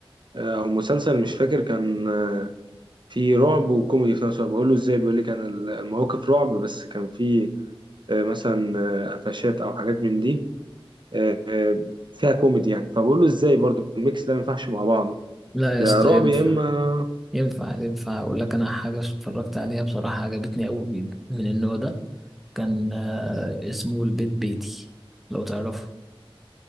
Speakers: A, on the right (about 55°); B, in the centre.
A: آه، أو مسلسل مش فاكر كان في رعب وكوميدي في نفس الوقت بقول له ازاي بيقول لي كان المواقف رعب بس كان في آه، مثلا آه، قفشات او حاجات من دي آه، آه، فيها كوميدي يعني فبقول له ازاي برضو الميكس ده ما ينفعش مع بعضه
B: لا يا
A: يا
B: اسطى
A: رعب
B: ينفع
A: يا اما
B: ينفع ينفع اقول لك انا حاجة اتفرجت عليها بصراحة عجبتني قوي من النوع ده كان آه، اسمه البيت بيتي لو تعرفه